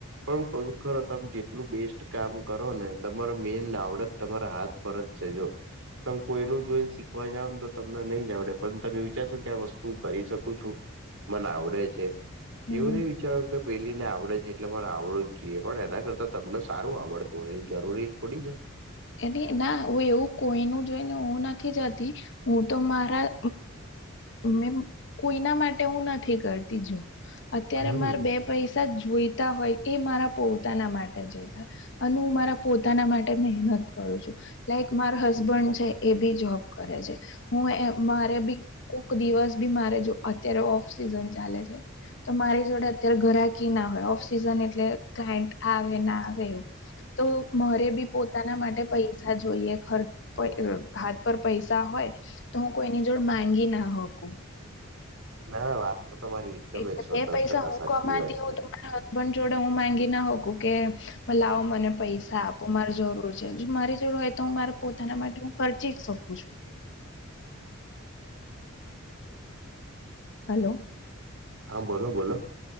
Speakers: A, on the right; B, on the left.
A: પણ ક ખરો તમે જેટલું બેસ્ટ કામ કરો ને તમારે મેન આવડત તમારા હાથ ભરત- જો- તમે કોઈ ન જોઈને શીખવા જાવ ને તો તમને નહી જડે પણ તમે વિચારશો કે આ વસ્તુ કરી શકું છું. મન આવડે છે
B: હમ
A: એવું નહી વિચારવા કે- પેલી ને આવડે છે એટલે પણ આવડું જ જોઈએ પણ એના કરતાં તમને સારું આવડતું હોય એવું જરૂરી થોડી છે.
B: એને ના હું એવું કોઈ ન જોઈને હું નથી જતી- હું તો મારા મે કોઈના માટે હું નથી કરતી જો- અત્યારે
A: હમ.
B: મારે બે પૈસા જોઈતા હોય એ મારા પોતાના માટે જોઈતા હોય- અને હું મારા પોતાના માટે મહેનત- -છું લાઈક માર હસબન્ડ છે એ બી જોબ કરે છે હું મારે બી કોક દિવસ બી મારે જો અત્યારે ઓફ સિઝન ચાલે છે. તો મારી જોડે અત્યારે ઘરાકી ના હોય ઓફ સિઝન એટલે ક આવે ના આવે એવું- તો મરે બી પોતાના માટે- પૈસા જોઈએ ખર્ચ હાથ પર પૈસા હોય- તો હું કોઈની જોડ માંગી ના હોકું-
A: ના ના વાત તો તમારી- એકદમ
B: એટલે
A: એકસો
B: બે
A: દસ
B: પૈસા
A: ટકા
B: હું
A: સાચી
B: કમાતી
A: વાત
B: હોઉ
A: છે.
B: તોરા- પણ જોડે હું માંગી ના હોકું કે મ લાવો મને પૈસા આપો માર જરૂર છે મારી- હોય તો હું મારા પોતાના માટે હું ખર્ચી જ શકું છું. હલો-
A: હા બોલો બોલો-